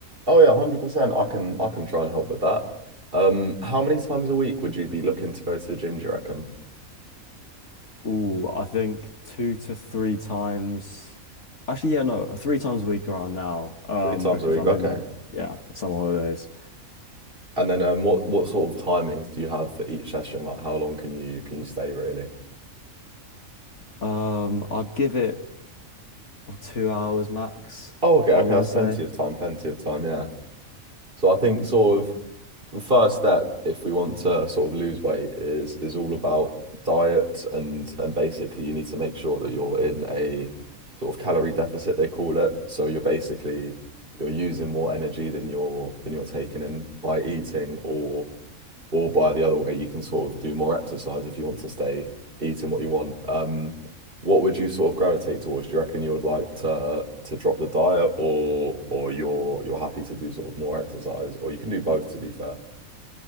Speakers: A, on the right; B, on the left.
A: Oh yeah, 100%. I can I can try and help with that. Um, how many times a week would you be looking to go to the gym, do you reckon?
B: Ooh, I think two to three times. Actually, yeah, no, three times a week around now, um,
A: Three times
B: because
A: a week,
B: I'm
A: okay.
B: in, yeah, summer holidays.
A: And then um what what sort of timings do you have for each session? Like how long can you can you stay really?
B: Um, I'd give it two hours max,
A: Oh, okay, okay,
B: I want
A: that's
B: to
A: plenty
B: say.
A: of time, plenty of time, yeah. So I think sort of the first step, if we want to sort of lose weight, is is all about diet and and basically you need to make sure that you're in a sort of calorie deficit, they call it. So you're basically you're using more energy than you're than you're taking in by eating or or by the other way, you can sort of do more exercise if you want to stay eating what you want. Um, what would you sort of gravitate towards? Do you reckon you would like to to drop the diet or or you're you're happy to do sort of more exercise or you can do both to be fair?